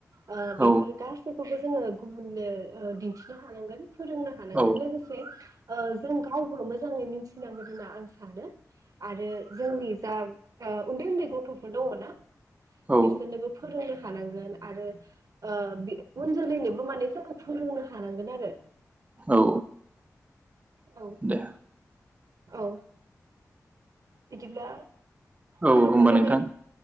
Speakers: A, on the right (about 70°); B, on the right (about 25°).
A: ओ
B: औ
A: बेफोर गासैखौबो जोङो गुबुननो ओ दिन्थिनो हानांगोन। फोरोंनो हानांगोन
B: औ
A: लोगोसे ओ जों गावबो मोजाङै मिथिनांगोन होनना आं सानो आरो जोंनि जा ओ उन्दै उन्दै गथ'फोर दंङोना
B: औ
A: बिसोरनोबो फोरोंनो हानांगोन। आरो ओ बि उन जोलैनोबो माने जों फोरोंनो हानांगोन आरो।
B: औ
A: औ
B: दे
A: औ बिदिब्ला
B: औ
A: फोजोबनाय
B: होमबा
A: जाबाय।
B: नोंथां